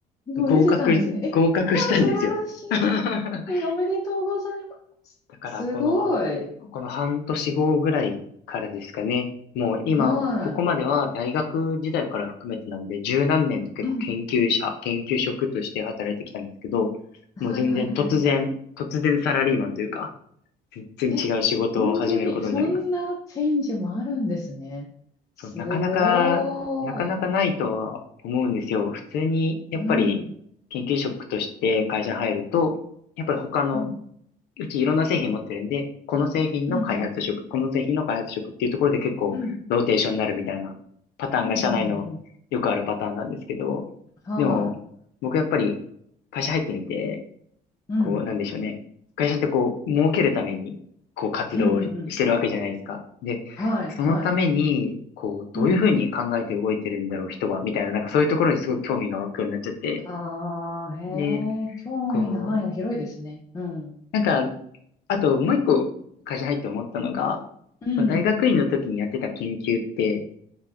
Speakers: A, on the left; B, on the left.
A: ー、もう出てたんですね。
B: 合格、
A: え、
B: 合格したんですよ。
A: わあ、素晴らしい。
B: <laughs>
A: えーおめでとうございます。
B: だから、
A: すごい。
B: この、この半年後ぐらいからですかね。もう今、
A: はい。
B: ここまでは大学時代から含めてなんで、十何年と結構研究者、
A: うん。
B: 研究職として働いてきたんですけど、
A: はいはいはい。
B: もう全然突然、突然サラリーマンというか、全然違う仕事を始めることになります。
A: え、本当に、そんなチェンジもあるんですね。すごーい。
B: そう、なかなか、なかなかないとは思うんですよ。普通に、やっぱり研究職として会社に入ると、
A: うん。
B: やっぱり他の
A: うん。
B: うちいろんな製品持ってるんで、この製品の開発職、
A: うん。
B: この製品の開発職っていうところで結構ローテーションになるみたいなパターンが社内のよくあるパターンなんですけど、
A: うん。うん。うん。うんうんはい。
B: でも僕やっぱり会社入ってみて、
A: うん。
B: こうなんでしょうね。会社ってこう儲けるためにこう活動をしてるわけじゃないですか。
A: うん。うん。うん
B: で、
A: はい。
B: そのためにこうどういうふうに考えて動いてるんだろう人はみたいな、
A: はい。うん。
B: なんかそういうところにすごい興味が湧くようになっちゃって、
A: ああ、へえ、
B: で、
A: 興味の範囲が広いですね。
B: こう、
A: うん。
B: なんかあと、もう一個会社入って思ったのが、
A: うん。
B: この大学院の時にやってた研究って、